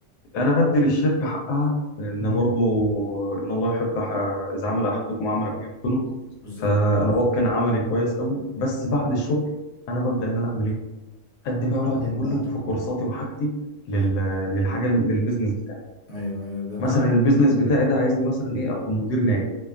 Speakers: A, on the left; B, on the left.
A: انا بدي للشركه حقها لان
B: امم
A: برضو ان الله يحب ح- اذا عمل احدكم عمل ان يتقنه
B: بالظبط
A: فانا بتقن عملي كويس قوي بس بعد الشغل انا ببدا ان انا اعمل ايه ادي بقى
B: تقدم
A: وقت كله
B: بقى تكتب
A: في كورساتي وحاجتي لل...
B: ايوه
A: للحاجه للبيزنس بتاعي
B: ايوه ايوه جميل
A: مثلا البيزنس بتاعي ده عايزني مثلا ايه اكون مدير ناجح